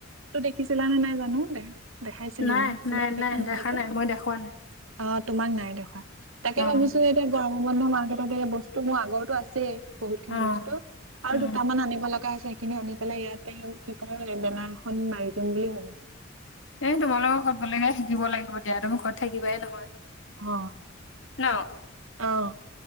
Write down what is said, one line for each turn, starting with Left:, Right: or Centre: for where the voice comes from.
Right: শিকিছিলা নে নাই জানো দে। দেখাইছিলো
Left: নাই,
Right: মই তোমাক দেখোৱা নাই
Left: দেখা
Right: নেকি,
Left: মই দেখুওৱা নাই।
Right: অ তোমাক নাই দেখোৱা তাকে
Left: উম,
Right: ভাবিছো যে এতিয়া গৰম। মাৰ্কেটত বস্তু মোৰ আগৰতো আছেই। বহুত খিনি
Left: উম,
Right: বস্তু আৰু
Left: উম।
Right: দুটামান আনিব লাগ গা হৈছে সেইখিনিও আনি পেলাই ইয়াতেও কেকৰ বেনাৰখন মাৰি। জম বুলি ভাবিছো।
Left: এ তোমালোকৰ ঘৰত গ'লেগে থাকিব লাগিব দিয়া, তুমি ঘৰত থাকিবাই নহয়।
Right: অহ
Left: ন।
Right: অহ।